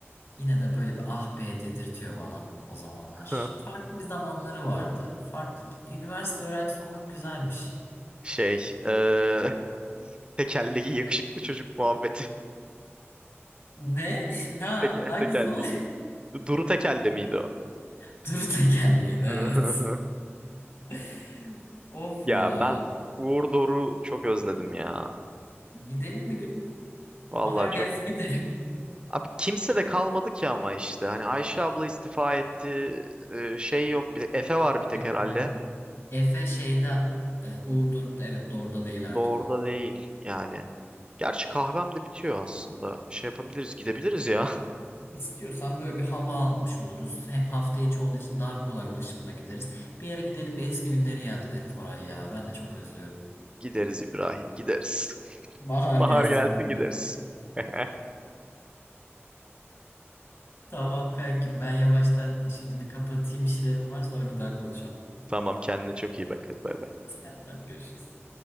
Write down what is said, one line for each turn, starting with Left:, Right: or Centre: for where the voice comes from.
Left: Yine de böyle bir ah be dedirtiyor bana o zamanlar.
Right: <laughs>
Left: Farklı bir zamanları vardı. Farklı bir üniversite öğrencisi olmak güzelmiş.
Right: Şey, eee, Tekerleki yakışıklı çocuk muhabbeti.
Left: Ne? <laughs>
Right: <laughs>
Left: Ha,
Right: Teke,
Left: hangisi
Right: tekerleki.
Left: o?
Right: Duru tekerle miydi o?
Left: <laughs> Duru tekerleğiydi evet.
Right: <laughs>
Left: <laughs> Of
Right: Ya
Left: ya.
Right: ben Uğur Doruk'u çok özledim ya.
Left: Gidelim bir gün.
Right: Vallahi
Left: Bahar gelsin
Right: çok.
Left: gidelim.
Right: Abi kimse de kalmadı ki ama işte. Hani Ayşe abla istifa etti. Ee, şey yok. Bir de Efe var
Left: <laughs>
Right: bir tek
Left: Efe.
Right: herhalde.
Left: Efe şeyde e, Uğur Doruk'ta evet Dor'da değil artık
Right: Doğru'da
Left: o.
Right: değil yani. Gerçi kahvem de bitiyor aslında. Şey yapabiliriz, gidebiliriz ya.
Left: İstiyorsan böyle bir hava almış oluruz. Hem hafta içi olduğu için daha kolay ulaşımda gideriz. Bir yere gidelim bir eski günleri yad edelim Koray ya. Ben de çok özlüyorum.
Right: <laughs> Gideriz İbrahim, gideriz.
Left: Bahar
Right: <laughs> Bahar
Left: gelsin
Right: gelsin
Left: gibi.
Right: gideriz. <laughs>
Left: <laughs> Tamam kankim ben yavaştan şimdi bir kapatayım işlerim var sonra bir daha konuşalım.
Right: Tamam kendine çok iyi bak. Hadi bay bay.
Left: Selamlar hadi görüşürüz.